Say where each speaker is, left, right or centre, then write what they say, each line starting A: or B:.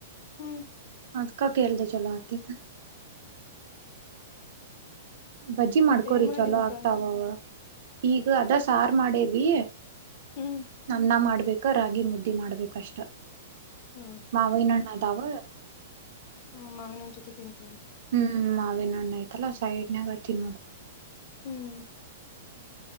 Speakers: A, on the left; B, on the right.
A: ಹ್ಮ್
B: ಅದ್ಕ ಕೇಳಿದೆ ಚಲೋ ಆತ್ತತ ಬಜ್ಜಿ ಮಾಡ್ಕೋರಿ
A: ಮತ್ತ ಏನ್ ಮಾಡಿ
B: ಚಲೋ
A: ಈಗ
B: ಆಗ್ತಾವವ ಈಗ ಅದ ಸಾರು ಮಾಡೇವಿ
A: ಹ್ಮ್
B: ನನ್ನ ಮಾಡ್ಬೇಕ ರಾಗಿ ಮುದ್ದಿ ಮಾಡ್ಬೇಕಷ್ಟ
A: ಹ್ಮ
B: ಮಾವ ನ್ಣದಾವ
A: ಹ್ಮ ಮಾವಿನ ಒಂದ್ ಜೊತೆ ತಿಂತ
B: ಹ್ಮ್ ಮಾವೇ ನೋಣ್ಣ ಐ್ತಲ್ಲ ಸೈಡ್ನಾಗತಿ ಮೋದು
A: ಹ್ಮ್